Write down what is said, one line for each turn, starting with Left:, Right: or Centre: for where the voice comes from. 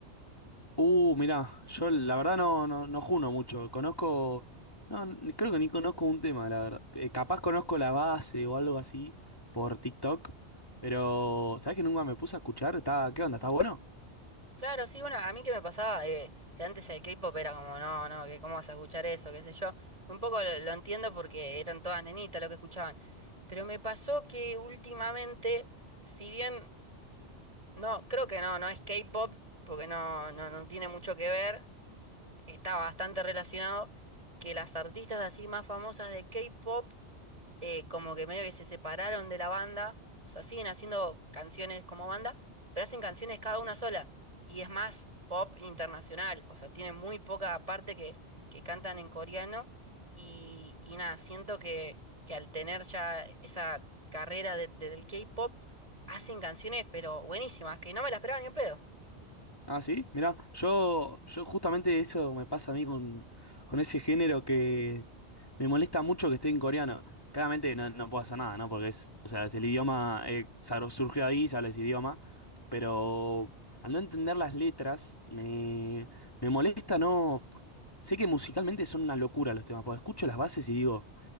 Left: Uh, mirá, yo la verdad no, no, no juno mucho. Conozco, no, ni- creo que ni conozco un tema, la verdad. Eh, capaz conozco la base o algo así por TikTok, pero ¿sabés que nunca me puse a escuchar? ¿Está, qué onda? ¿Está bueno?
Right: Claro, sí, bueno, a mí que me pasaba, eh, que antes el K-pop era como, no, no, que cómo vas a escuchar eso, qué sé yo. Un poco lo, lo entiendo porque eran todas nenitas lo que escuchaban, pero me pasó que últimamente, si bien No, creo que no, no es K-pop, porque no, no, no tiene mucho que ver. Está bastante relacionado que las artistas así más famosas de K-pop eh, como que medio que se separaron de la banda, o sea, siguen haciendo canciones como banda, pero hacen canciones cada una sola, y es más pop internacional, o sea, tienen muy poca parte que, que cantan en coreano, y, y nada, siento que, que al tener ya esa carrera de- de- del K-pop, hacen canciones, pero buenísimas, que no me las esperaba ni un pedo.
Left: Ah, sí, mira, yo, yo justamente eso me pasa a mí con, con ese género que me molesta mucho que esté en coreano. Claramente no, no puedo hacer nada, ¿no? Porque es, o sea, es el idioma, eh, saro- surgió ahí, se habla ese idioma, pero al no entender las letras, me, me molesta, no. Sé que musicalmente son una locura los temas, porque escucho las bases y digo,